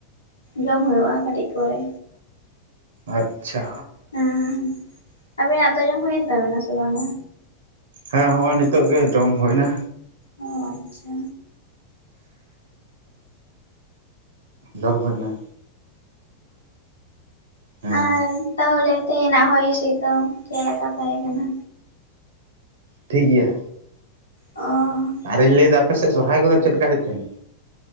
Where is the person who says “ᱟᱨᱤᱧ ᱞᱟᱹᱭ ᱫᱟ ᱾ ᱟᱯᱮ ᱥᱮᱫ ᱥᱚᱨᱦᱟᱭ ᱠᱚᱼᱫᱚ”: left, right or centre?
Right